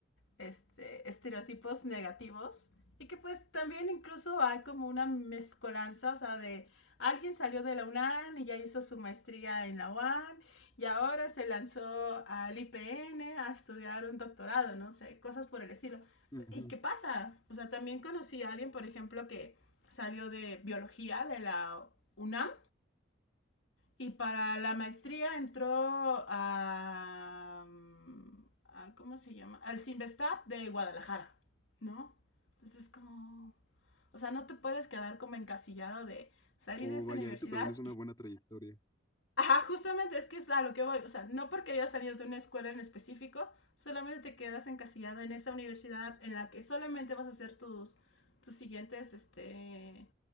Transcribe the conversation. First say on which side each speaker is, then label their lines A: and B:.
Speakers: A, on the left (about 75°); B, on the left (about 20°).
A: este, estereotipos negativos y que pues también incluso hay como una mezcolanza, o sea, de alguien salió de la UNAM y ya hizo su maestría en la UAN y ahora se lanzó al IPN a estudiar un doctorado, no sé, cosas por el estilo.
B: Ujú.
A: ¿Y qué pasa? O sea, también conocí a alguien, por ejemplo, que salió de biología de la UNAM y para la maestría entró a, a ¿cómo se llama? Al Simvestab de Guadalajara, ¿no? Entonces como, o sea, no te puedes quedar como encasillado de salir
B: Oh,
A: de esta
B: vaya,
A: universidad.
B: eso también es una buena trayectoria.
A: Ajá, justamente es que es a lo que voy, o sea, no porque hayas salido de una escuela en específico, solamente te quedas encasillado en esa universidad en la que solamente vas a hacer tus, tus siguientes, este,